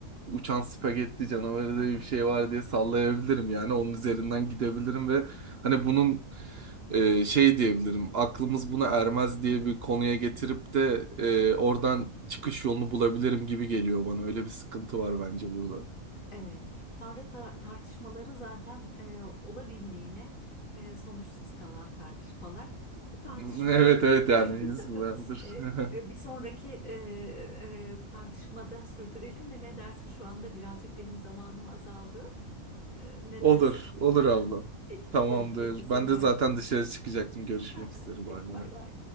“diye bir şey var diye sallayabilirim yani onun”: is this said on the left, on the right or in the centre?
Right